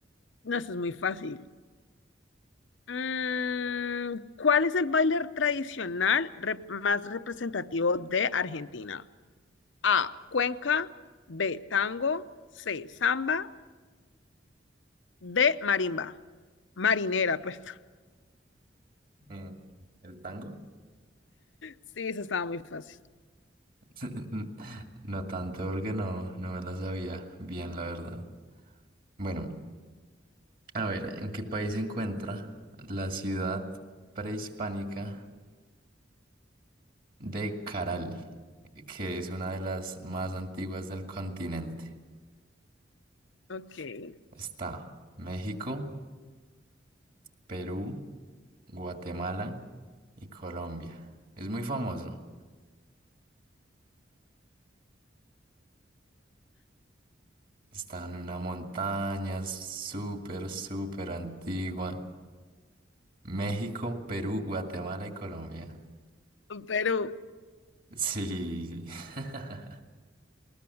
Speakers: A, on the left; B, on the right.
A: no, eso es muy fácil. Mm, ¿cuál es el baile tradicional re- más representativo de Argentina? A, cuenca, B, tango, C, samba de marimba. Marinera, pues. <laughs>
B: Eh, ¿El tango?
A: Sí, eso estaba muy fácil.
B: <laughs> No tanto porque no, no me la sabía bien, la verdad. Bueno, a ver, ¿en qué país se encuentra la ciudad prehispánica de Caral, que es una de las más antiguas del continente.
A: Ok.
B: Está México, Perú, Guatemala y Colombia. Es muy famoso. Está en una montaña súper, súper antigua. México, Perú, Guatemala y Colombia.
A: Perú.
B: Sí. <laughs>